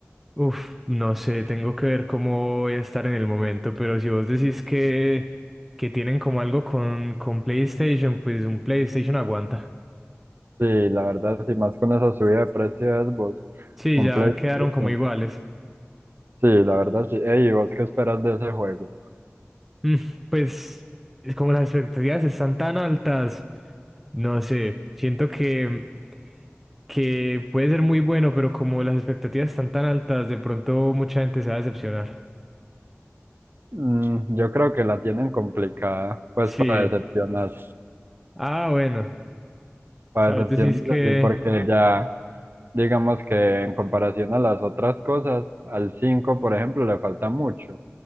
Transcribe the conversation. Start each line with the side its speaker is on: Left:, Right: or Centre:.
Centre: Uf, no sé, tengo que ver cómo voy a estar en el momento, pero si vos decís que, que tienen como algo con, con PlayStation, pues un PlayStation aguanta.
Right: Sí, la verdad, sí, más con esa subida de precios, vos,
Centre: Sí,
Right: un
Centre: ya
Right: PlayStation.
Centre: quedaron como iguales.
Right: Sí, la verdad, sí. Ey, ¿y vos qué esperas de ese juego?
Centre: Mm, pues es como las expectativas están tan altas, no sé, siento que, que puede ser muy bueno, pero como las expectativas están tan altas, de pronto mucha gente se va a decepcionar.
Right: Mm, yo creo que la tienen complicada, pues
Centre: Sí.
Right: para decepcionar.
Centre: Ah, bueno.
Right: Para
Centre: O sea,
Right: decepcionar,
Centre: vos decís que...
Right: sí, porque ya... Digamos que en comparación a las otras cosas, al 5 por ejemplo, le falta mucho.